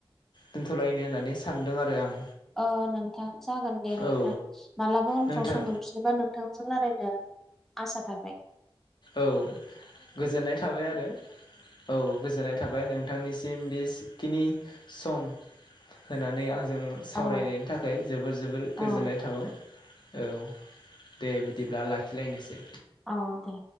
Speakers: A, on the left (about 50°); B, in the centre.
A: दोन्थ'लायनो होननानै सानदों आरो आं
B: अ नोंथां जागोन दे नोंथां
A: औ
B: मालाबा अनफ्राव
A: नोंथां
B: सम मोनफि जेनेबा नोंथांजों रायलायनो आसा थाबाय
A: औ गोजोननाय थाबाय आरो औ गोजोननाय थाबाय नों नोंथांनिसिम बेखिनि सम होनानै आंजों सावरायनायनि
B: औ
A: थाखाय जोबोर जोबोर
B: औ
A: गोजोननाय थाबाय औ दे बिदिब्ला लाखिलायनोसै
B: औ दे